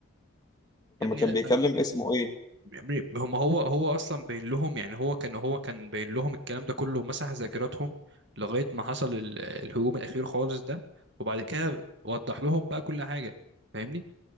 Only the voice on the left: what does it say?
لما
كان
بيكلم
اسمه ايه